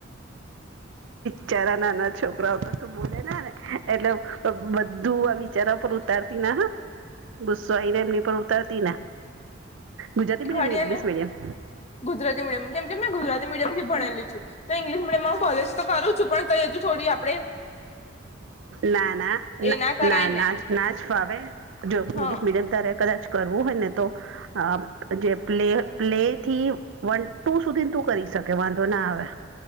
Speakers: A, on the right (about 70°); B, on the left (about 35°).
A: બચારા નાના છોકરાઓ તો શું બોલે ને એટલે બધું આ બિચારા પર ઉતારતા. તના હ ગુસ્સો આઈને એમની પર ઉતારતી ના. ગુજરાતી
B: શીખાડી
A: મીડિયમ કે ઇંગ્લિશ
B: ને
A: મીડિયમ
B: ગુજરાતી મીડિયમ કેમ કે મેં ગુજરાતી મીડિયમ થી ભણાયેલી છું. તો ઇંગ્શ મડય હું કોલેજ તો કરું છું પણ ત તો હજુ થો આપ.
A: ના ના
B: એ કરાય
A: ના
B: ને
A: ના નાચ ફ આવે. જો
B: હા
A: ઇંગ્લિશ મીડિયમ તરે કદાચ કરવું હોય ને તો. આ જે પ્લે પ્લે થી. વન ટુ સુધીને તું કરી શકે વાંધો ના આવે.